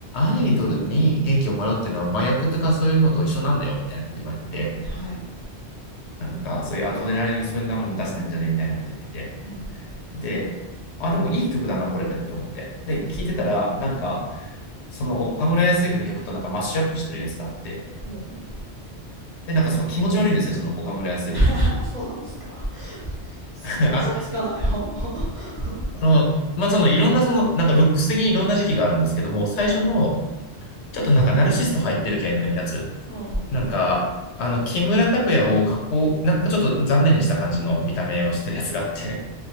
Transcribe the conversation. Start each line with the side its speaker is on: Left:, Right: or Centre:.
Left: アイドルに元気をもらうっていうのは麻薬とかそういうのと一緒なんだよ、みたいなこと言われてて、
Right: はい。
Left: なんかそういうアドレナリンをそんなもん出してんじゃねえみたいなこと言ってて。
Right: うんうん。
Left: で、あ、でもいい曲だな、これって思って。で、
Right: うん。
Left: 聴いてたら、なんか、その岡村康之の曲となんかマッシュアップしてるやつがあって、
Right: ほうほう。
Left: で、なんかその気持ち悪いんですよ、その岡村康之。
Right: <laughs> そうなんですかそ、
Left: <laughs> あ、
Right: 想像つかない。ほう。<laughs>
Left: あの、まあ、そのいろんなその、なんかルックス的にいろんな時期があるんですけども、最初の、
Right: はい。
Left: ちょっとなんかナルシスト入ってる系のやつ、
Right: うんうん。
Left: なんか、あの、木村拓哉を加工、なんかちょっと残念にした感じの見た目をしてるやつがあって、